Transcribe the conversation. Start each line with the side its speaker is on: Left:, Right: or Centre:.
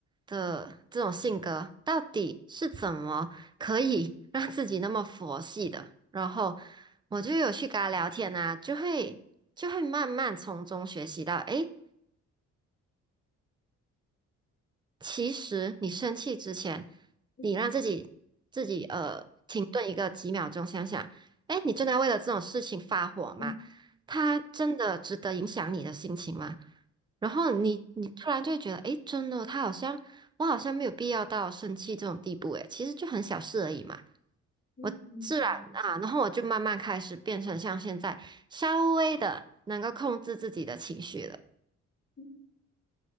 Right: 的这种性格到底是怎么。可以 <laughs> 让自己那么佛系的，然后我就有去跟他聊天啊，就会就会慢慢从中学习到，诶，其实你生气之前，
Left: 嗯
Right: 你让自己自己呃停顿一个几秒钟，想想，诶，你真的要为了这种事情发火吗？
Left: 嗯
Right: 他真的值得影响你的心情吗？然后你你突然就会觉得，诶，真的，他好像我好像没有必要到生气这种地步，诶，其实就很小事而已嘛。
Left: 嗯
Right: 我自然啊，然后我就慢慢开始变成像现在稍微的能够控制自己的情绪了。
Left: 嗯